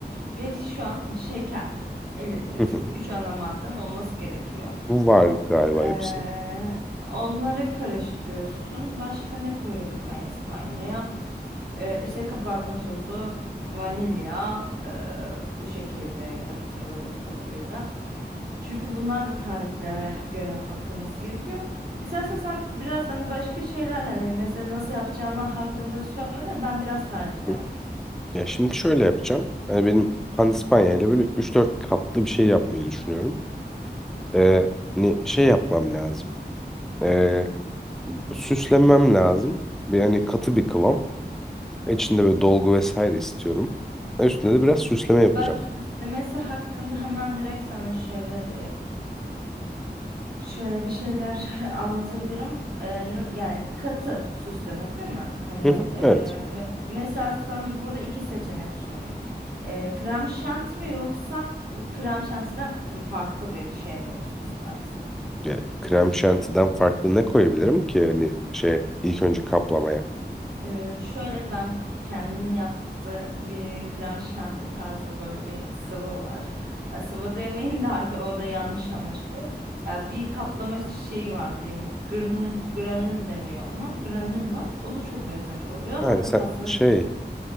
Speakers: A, on the right; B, in the centre.
A: ve şu an şeker elinde.
B: Hı
A: Şu,
B: hı.
A: üç ana madden olması gerekiyor.
B: Bu Var galiba
A: Ee,
B: hepsi.
A: onları karıştırıyorsun. Başka ne koyuyorduk panispanyaya? Ee, işte kabartma tozu, vanilya, ee, bu şekildeydi hatırladığım kadarıyla. Çünkü bunlar da tariflere göre bakılması gerekiyor. İstersen sen biraz hani başka şeyler hani mesela nasıl yapacağını hakkında söyle ben biraz tarifine
B: Hı hı.
A: bakayım.
B: Ya şimdi şöyle yapacağım. Yani benim pandispanya ile böyle üç dört katlı bir şey yapmayı düşünüyorum. E, hani şey yapmam lazım. E, süslemem lazım. Yani katı bir kıvam. İçinde böyle dolgu vesaire istiyorum. E, Üstüne de biraz süsleme yapacağım.
A: Bak süslemesi hakkında hemen direkt sana şöyle Şöyle bir şeyler <laughs> anlatabilirim. Ee, n- yani katı süsleme değil mi? Hani
B: Hı hı,
A: e,
B: evet.
A: me- mesela sana burada iki seçenek sunayım. Ee, krem şanti mi yoksa bu krem şantiden farklı bir şey mi olsun istersin?
B: Ya, krem şantiden farklı ne koyabilirim ki hani şey ilk önce kaplamaya?
A: Ee, şöyle ben kendimin yaptığı bir krem şanti tarzı böyle bir sıvı var. Ya, sıvı demeyeyim de artık o da yanlış anlaşılıyor. Ya bir kaplama şeyi var diyeyim. Granül, granül deniyor ona. Granül var. O da çok lezzetli oluyor.
B: Ha,
A: Hatta
B: sen
A: pastanın
B: şey